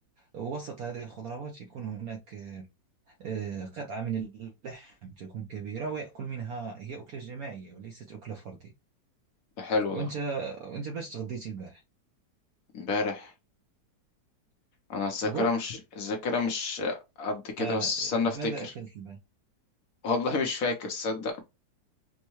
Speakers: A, on the right; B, on the left.
A: ووسط هذه الخضروات يكون هناك آه، آه، قطعة من اللحم تكون كبيرة ويأكل منها هي أكلة جماعية وليست أكلة فردية
B: ده حلو
A: وأنت
B: ده
A: وأنت باش تغديتي البارح
B: امبارح انا الذاكرة
A: قول
B: مش الذاكرة مش قد كده
A: آه
B: بس استنى
A: ماذا
B: افتكر
A: أكلت البارح
B: <laughs> والله مش فاكر صدق